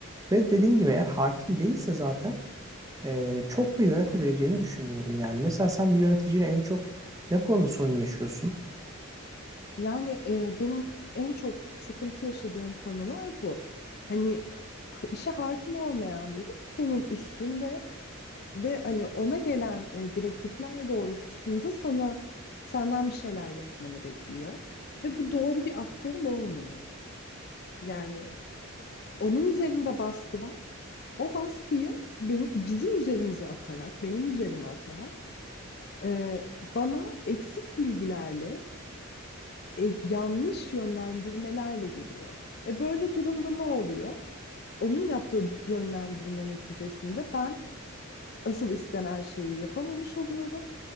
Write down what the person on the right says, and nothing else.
Ve dediğin gibi eğer hakim değilse zaten e, çok da yönetebileceğini düşünmüyorum yani. Mesela sen bir yöneticiyle en çok ne konuda sorun yaşıyorsun?